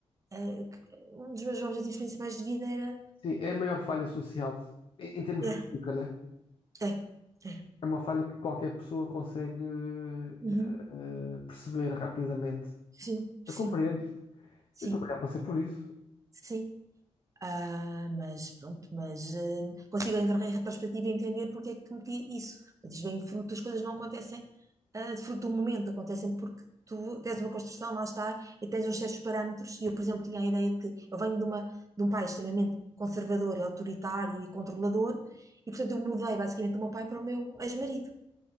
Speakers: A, on the right; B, on the left.
A: eh, que- um dos meus objetivos principais de vida era.
B: Sim, é a maior falha social, em, em termos
A: É,
B: pública, né?
A: é, é.
B: É uma falha que qualquer pessoa consegue eh,
A: Uhum.
B: eh, perceber rapidamente.
A: Sim, sim,
B: Eu compreendo.
A: sim,
B: Eu também já passei por isso.
A: sim. Ah, mas pronto, mas eh, consigo em re- em retrospectiva entender porque é que cometi isso. Portanto, isto vem fruto, as coisas não acontecem ah, de fruto do momento, acontecem porque tu tens uma construção, lá está, e tens uns certos parâmetros. E eu, por exemplo, tinha a ideia de que eu venho de, uma, de um pai extremamente conservador e autoritário e controlador, e portanto eu mudei basicamente o meu pai para o meu ex-marido.